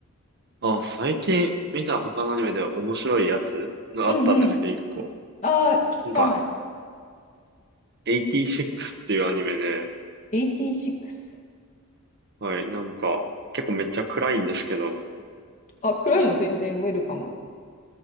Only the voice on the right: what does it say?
あ、最近見た他のアニメで面白いやつがあったんですけど、
一個。
なんか、86っていうアニメで、
はい、なんか、結構めっちゃ暗いんですけど、